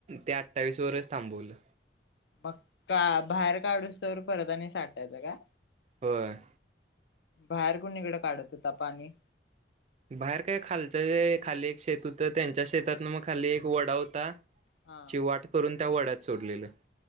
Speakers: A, on the right (about 40°); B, on the left (about 75°).
A: ते अठ्ठावीस वरच थांबवलं.
B: मग का बाहेर काढुस तोवर परत आनी साठायचं काय?
A: होय.
B: बाहेर कुणीकड काढत होता पाणी?
A: बाहेर काय खालच्या, खाली एक शेत होतं त्यांच्या शेतात ना मग खाली एक ओढ होता- -
B: हा
A: ची वाट करून त्या ओढ्यात सोडलेलं.